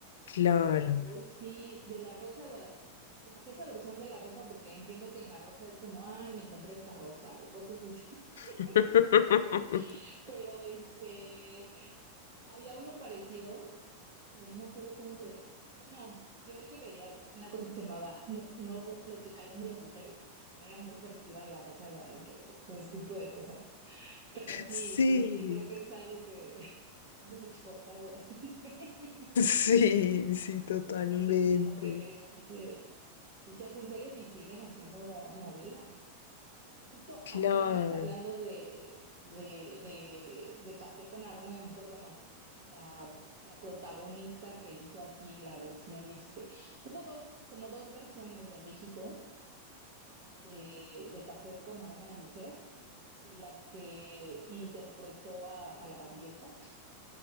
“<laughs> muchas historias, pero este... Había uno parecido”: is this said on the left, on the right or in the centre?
Right